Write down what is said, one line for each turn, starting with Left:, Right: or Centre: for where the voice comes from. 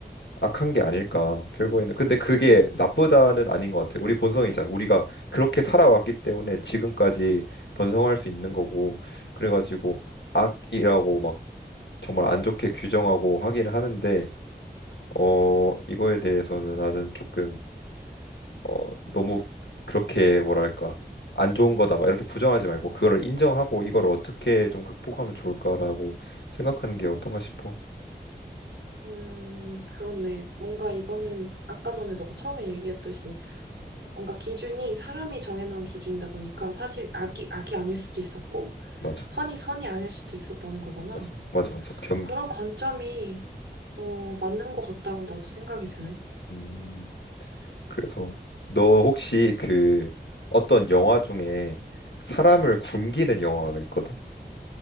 Left: 악한 게 아닐까. 결국에는 근데 그게 나쁘다는 아닌 것 같아. 우리 본성이잖아. 우리가 그렇게 살아왔기 때문에 지금까지 번성할 수 있는 거고. 그래가지고 악이라고 막 정말 안 좋게 규정하고 하긴 하는데 어 이거에 대해서는 나는 조금 어 너무 그렇게 뭐랄까 안 좋은 거다 막 이렇게 부정하지 말고 그거를 인정하고 이걸 어떻게 좀 극복하면 좋을까라고 생각하는 게 어떤가 싶어.
Right: 음, 그렇네. 뭔가 이거는 아까 전에 너가 처음에 얘기했듯이 뭔가 기준이 사람이 정해놓은 기준이다 보니까 사실 악이 악이 아닐 수도 있었고
Left: 맞아,
Right: 선이 선이 아닐 수도 있었다는 거잖아.
Left: 맞아, 맞아, 맞아. 경기.
Right: 그런 관점이 어, 맞는 것 같다고 나도 생각이 드네.
Left: 음. 그래서 너 혹시 그 어떤 영화 중에 사람을 굶기는 영화가 있거든?